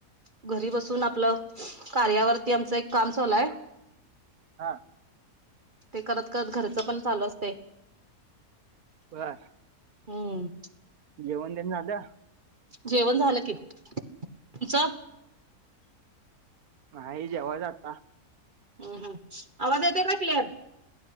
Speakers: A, on the right; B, on the right.
A: घरी बसून आपलं, कार्यावरती आमचं एक काम चालू हाय.
B: हा.
A: ते करत करत घरचं पण चालू असतयं.
B: बरं.
A: हम्म.
B: जेवण तेन झालं.
A: जेवण झालं की तुमचं
B: नाही जेव्हा आत्ता.
A: हम् हम आवाज येते का क्लिअर